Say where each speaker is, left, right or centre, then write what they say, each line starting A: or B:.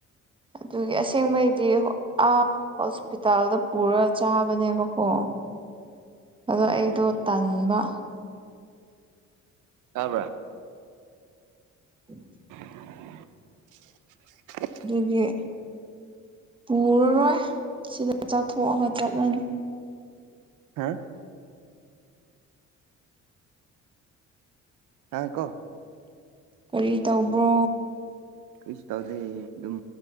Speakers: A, on the right (about 15°); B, on the right (about 80°).
A: ꯑꯗꯨꯒꯤ ꯑꯁꯦꯡꯕꯩꯗꯤ ꯍꯣ ꯑꯥ ꯍꯣꯁꯄꯤꯇꯥꯜꯗ ꯄꯨꯔ ꯆꯥꯕꯅꯦꯕꯀꯣ ꯑꯗꯣ ꯑꯩꯗꯣ ꯇꯟꯕ
B: ꯇꯥꯕ꯭ꯔ
A: <inaudible>
B: <inaudible>
A: ꯗꯨꯒꯤ ꯄꯨꯔꯔꯣꯢ ꯁꯤꯗ ꯆꯥꯊꯣꯛꯑꯒ ꯆꯠꯂꯅꯤ
B: ꯍꯥ ꯍꯥꯡ ꯀꯣ
A: ꯀꯔꯤ ꯇꯧꯕ꯭ꯔꯣ
B: ꯀꯩꯁꯨ ꯇꯧꯗꯦ ꯑꯗꯨꯝ